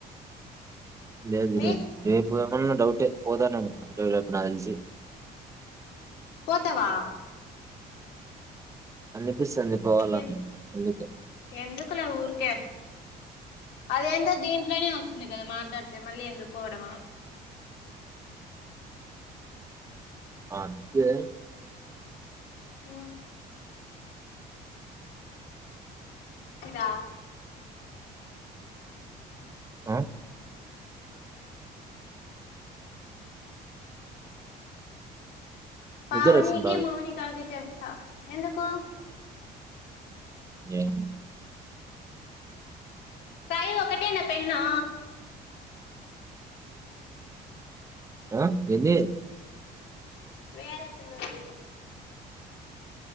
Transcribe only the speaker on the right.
లేదు ఈ
రోజు రేపు ఏమన్నా డౌటే పోతానేేమొ రేపు నాకు తెల్సి
అనిపిస్తాంది పోవాలని
అందుకు
అంతే
ఆ
నిద్ర వస్తుంది బాగా
ఏమో?
ఆ ఏంది?